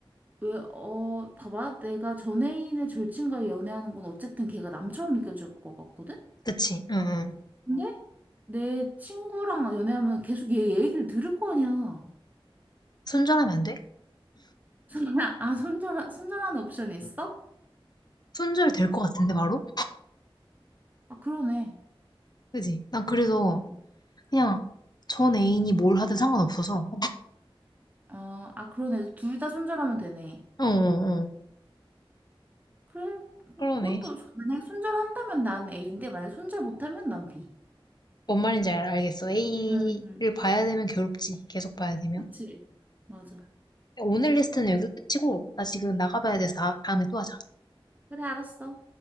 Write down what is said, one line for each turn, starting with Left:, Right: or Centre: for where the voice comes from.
Right: 왜, 어, 봐봐. 내가 전 애인의 절친과 연애하는 건 어쨌든 걔가 남처럼 느껴질 것 같거든?
Left: 그치. 응, 응.
Right: 근데 내 친구랑 연애하면 계속 얘 얘기를 들을 거 아니야.
Left: 손절하면 안 돼?
Right: <laughs> 아, 손절, 손절하는 옵션이 있어?
Left: 손절 될 것 같은데, 바로?
Right: 아, 그러네.
Left: 그지? 난 그래서
Right: 응.
Left: 그냥 전 애인이 뭘 하든 상관없어서.
Right: 어, 아, 그러네. 둘 다 손절하면 되네.
Left: 어, 어, 어.
Right: 그래. 그-
Left: 그러네.
Right: 그것도, 손- 만약에 손절한다면 난 A인데, 만약에 손절 못하면 난 B.
Left: 뭔 말인지 알, 알겠어. A를
Right: 음,
Left: 봐야 되면 괴롭지. 계속 봐야 되면.
Right: 그치. 맞아.
Left: 오늘 리스트는 여기 끝이고, 나 지금 나가봐야 돼서 다- 다음에 또 하자.
Right: 그래, 알았어.